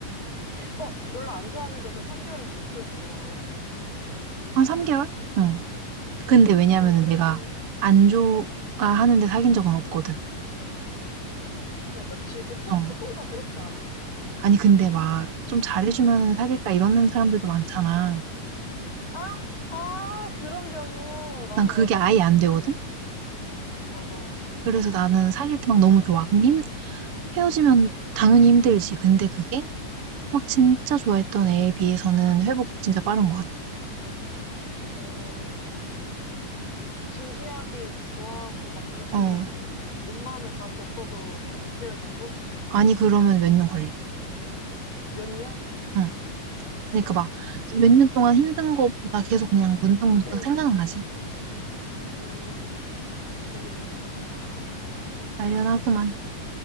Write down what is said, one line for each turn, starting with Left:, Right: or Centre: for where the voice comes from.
Left: 어, 별로 안 좋아하는데도 3개월에서 6개월 정도가 걸려?
Right: 한 3개월? 응. 근데 왜냐면은
Left: 어, 그래도,
Right: 내가 안 좋아하는데
Left: 어,
Right: 사귄 적은 없거든.
Left: 어, 그치. 보통,
Right: 어.
Left: 보통 다 그렇지 않아?
Right: 아니, 근데 막 좀 잘해주면
Left: 응.
Right: 사귈까 이러는 사람들도 많잖아.
Left: 아, 아, 그런 경우. 맞아,
Right: 난 그게
Left: 맞아.
Right: 아예
Left: 있지,
Right: 안
Left: 있지.
Right: 되거든?
Left: 맞아, 맞아.
Right: 그래서 나는 사귈 때 막 너무 좋아. 근데 힘, 헤어지면
Left: 응,
Right: 당연히 힘들지. 근데 그게
Left: 응,
Right: 막 진짜 좋아했던 애에 비해서는 회복 진짜 빠른
Left: 응.
Right: 것 같아.
Left: 어, 맞아. 진지하게 좋아하고 막 그렇게
Right: 어.
Left: 온 마음을 다 줬어도 한 6개월 정도?
Right: 아니, 그러면 몇 년 걸려.
Left: 몇 년?
Right: 응.
Left: 어,
Right: 그러니까 막 몇 년 동안 힘든 거보다 계속 그냥 문득문득
Left: <clears throat>
Right: 생각나지.
Left: 음, 그게 몇 년이다.
Right: 관련하고만.